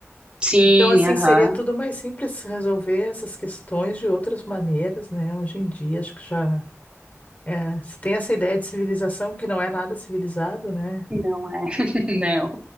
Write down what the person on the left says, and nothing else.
Então, assim,
seria tudo mais simples resolver essas questões de outras maneiras, né? Hoje em dia, acho que já. É, se tem essa ideia de civilização que não é nada civilizado, né?